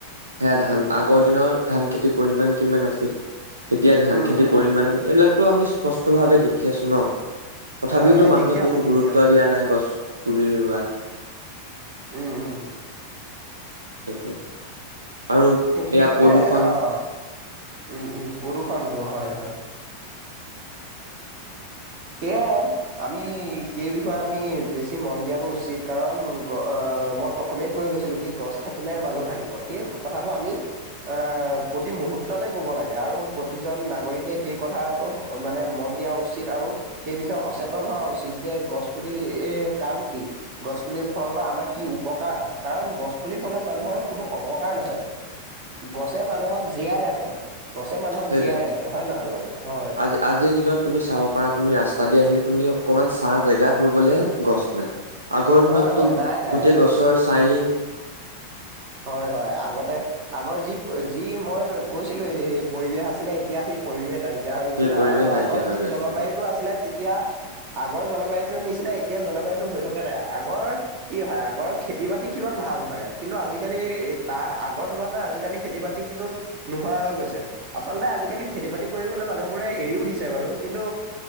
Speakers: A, on the right; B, on the right.
A: সেয়া ধান
B: উম
A: আগৰ দিনৰ <unintelligible> ধান খেতিৰ পৰিমাণ কিমান আছিল, এতিয়া ধান
B: উম
A: খেতিৰ
B: উম
A: পৰিমাণ এইবিলাক। টো আমি স্পষ্ট ভাৱে দেখি আছো ন, তথাবিওটো
B: হয় হয়
A: মানুহে
B: দেখি আছো
A: কোনো
B: দেখি
A: গুৰুত্ব
B: আছো
A: দিয়া নাই গছ। পুলি ৰোৱাত
B: উম উম
A: সেইটোৱে। আৰু
B: সেইবাবে
A: এয়া প্ৰদূষণ
B: আহ। উম উম, পদুষণটো হয় হয়। সেয়াই আমি সেই বিষয়ে আমি বেছি মন দিয়াতটো উচিত কাৰণ। অ, মই প্ৰথমে কৈ গৈছিলো কি গছ থাকিলেহে মানুহ থাকিব সেই। কথাটো আমি এ প্ৰতি মুহূতে ক'ব লাগে আৰু প্ৰতিজন নাগৰিকে সেই কথা। মানে মন দিয়া উচিত আৰু সেই বিষয়ে সচেতন হোৱা উচিত যে গছ পুলি এ কাম। কি গছ পুলিৰ ফলত আমাৰ কি উপকাৰ হয় কাৰণ গছ পুলিৰ ফলত মানুহৰ কোনো অপকাৰ নহয় <unintelligible> গছে মানুহক জীয়াই ৰাখে। গছে মানুহক
A: সেইটোয়ে,
B: জীয়াই ৰাখে হয় নহয় বাৰু হয়
A: আজি আজিৰ দিনত তুমি চাব পাৰা তুমি ৰাস্তা দি আহিলে। তুমি অকমান চাহ জেগাত ৰুবলে গছ নাই। আগৰ দিনততো
B: হয় হয় নাই নাই
A: গোটেই
B: নাই
A: গছৰ ছাই।
B: হয় হয়, আগতে আগৰ যি যি মই কৈছিলো এই স পৰিৱেশ আছিলে এতিয়া সি। পৰিৱেশ নাইকিয়া হৈ
A: সেই
B: গৈছে
A: পৰিৱেশ
B: আৰু
A: নাইকিয়া
B: আগৰ
A: হৈ
B: যি
A: গৈছে
B: জলবায়ুটো
A: অ
B: আছিলে তেতিয়া। আগৰ জলবায়ুতৰ নিচিনা এতিয়া জলবায়ুতো হৈ থকা নাই আগৰ কি হয় আগৰ খেতি বাতি। কিমান ভাল হয় কিন্তু আজিকালিৰ। আজিকালি তাৰ আগৰ তুলনাত আজিকালি খেতি বাতি কিন্তু নোহোৱা হৈ গৈছে। আচলতে আজিকালি খেতি বাতি। মানুহবো এৰিও দিছে বাৰু কিন্তু